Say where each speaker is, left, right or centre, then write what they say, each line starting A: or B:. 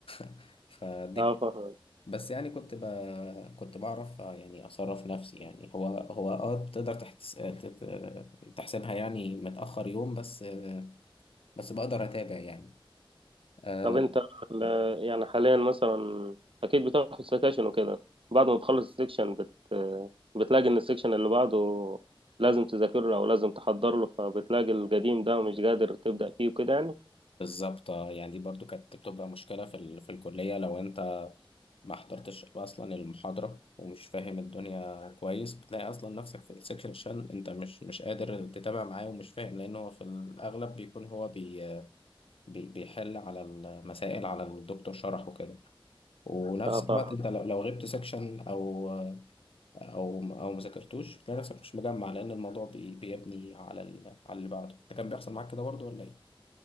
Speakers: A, on the left (about 75°); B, on the right (about 70°).
A: <laughs> فدي
B: اه
A: كانت-
B: فاهمك
A: بس يعني كنت ب... كنت بعرف آه، يعني اصرف نفسي يعني هو هو اه تقدر تحتس... تت- تحسبها يعني متاخر يوم بس آه، بس بقدر اتابع يعني آه،
B: طب أنت ال- يعني حاليا مثلا أكيد بتاخد سكاشن وكده بعد ما بتخلص السكشن بت بتلاقي إن السكشن اللي بعده لازم تذاكر له أو لازم تحضر له فبتلاقي القديم ده مش قادر تبدأ فيه وكده يعني
A: بالظبط آه، يعني دي برضو كانت بتبقى مشكلة في ال... في الكلية لو انت ما حضرتش اصلا المحاضرة ومش فاهم الدنيا كويس بتلاقي اصلا نفسك في السكشن انت مش مش قادر تتابع معاه ومش فاهم لان هو في الاغلب بيكون هو بي... بي... بيحل على المسائل على الدكتور شرح وكده ونفس
B: اه فاهمك
A: الوقت انت لو, لو غبت سكشن او او او ما ذاكرتوش تلاقي نفسك مش مجمع لان الموضوع بي... بيبني على ال... على اللي بعده ده كان بيحصل معاك كده برضو ولا ايه؟